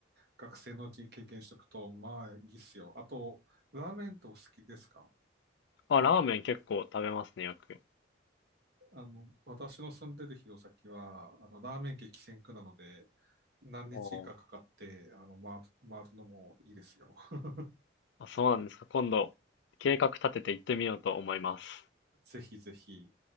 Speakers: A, on the right; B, on the left.
A: 学生のうちに経験しておくと、まあいいっすよ。あと、ラーメンってお好きですか
B: あ、ラーメン結構食べますね、よく。
A: あの、私の住んでる弘前は、あの、ラーメン激戦区なので、何日かかかって、
B: おー
A: あの、回る、回るのもいいですよ。<laughs>
B: あ、そうなんですか。今度、計画立てて行ってみようと思います。
A: ぜひぜひ。